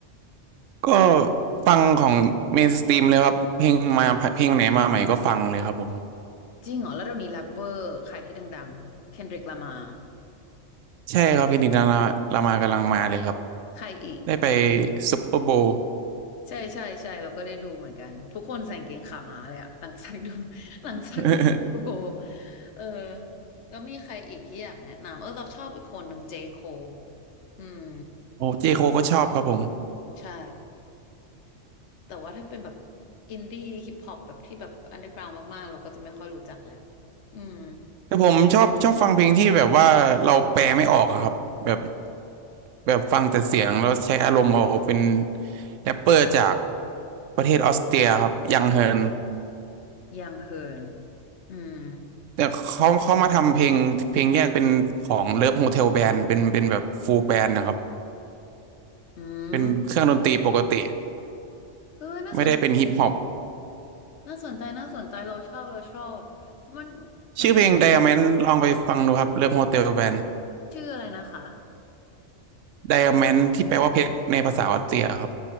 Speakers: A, on the right (about 85°); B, on the left (about 70°).
A: ก็ฟังของเมนสตรีมเลยครับเพลงมาเพลงไหนมาใหม่ก็ฟังเลยครับผม
B: จริงเหรอแล้วเดี๋ยวนี้แรปเปอร์ใครที่ดังๆเคนดริกลามา
A: ใช่ครับเพลงดิกลาลามากำลังมาเลยครับ
B: ใครอีก
A: ได้ไปซุปเปอร์ <laughs> โบว์
B: ใช่ใช่ใช่เราก็ได้ดูเหมือนกันทุกคนใส่กางเกงขาม้าเลยอะ <laughs> หลังจากดู <laughs> หลังจากดูดูโบ
A: <laughs>
B: เออแล้วมีใครอีกที่อยากแนะนำเออเราชอบอีกคนหนึ่งเจโคอืม
A: โอ้เจโคก็ชอบครับผม
B: ใช่แต่ว่าถ้าเป็นแบบอินดี้ฮิปฮอปแบบที่แบบอันเดอร์กราวมากๆเราก็จะไม่ค่อยรู้จักแหละอืม
A: แต่ผมชอบชอบฟังเพลงที่แบบว่าเราแปลไม่ออกอะครับแบบแบบฟังแต่เสียงแล้วใช้อารมณ์เอาเป็นแรปเปอร์จากประเทศออสเตรียครับยังเฮิร์น
B: ยังเฮิร์นอืม
A: แต่เขาเขามาทำเพลงเพลงแยกเป็นของเลิฟโฮเทลแบนด์เป็นเป็นแบบฟูลแบนด์นะครับ
B: อืม
A: เป็นเครื่องดนตรีปกติ
B: เออน่าสนใจ
A: ไม่ได้เป็นฮิปฮอป
B: น่าสนใจน่าสนใจเราชอบเราชอบเพราะมันเราชอบ
A: ชื่อเพลง Diamond ลองไปฟังดูครับเลิฟโฮเทลแบนด์
B: ชื่ออะไรนะคะ
A: Diamond ที่แปลว่าเพชรในภาษาออสเตรียครับ